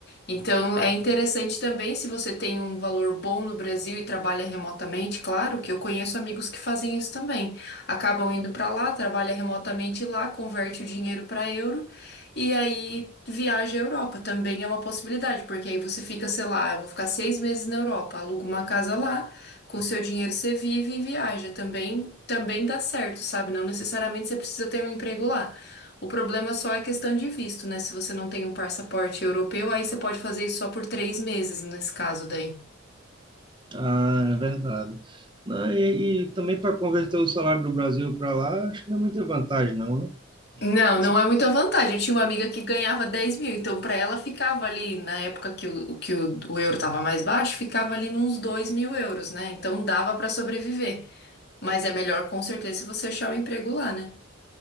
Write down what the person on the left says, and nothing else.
Então, é interessante também se você tem um valor bom no Brasil e trabalha remotamente, claro, que eu conheço amigos que fazem isso também. Acabam indo para lá, trabalha remotamente lá, converte o dinheiro para euro e aí viaja à Europa. Também é uma possibilidade, porque aí você fica, sei lá, eu vou ficar seis meses na Europa, aluga uma casa lá, com o seu dinheiro você vive e viaja. Também, também dá certo, sabe? Não necessariamente você precisa ter um emprego lá. O problema só é questão de visto, né? Se você não tem um passaporte europeu, aí você pode fazer isso só por três meses, nesse caso daí.
Não,
não é muita vantagem. Eu tinha uma amiga que ganhava dez mil, então pra ela ficava ali, na época que o, que o, o euro tava mais baixo, ficava ali nos dois mil euros, né? Então dava pra sobreviver. Mas é melhor com certeza se você achar um emprego lá, né?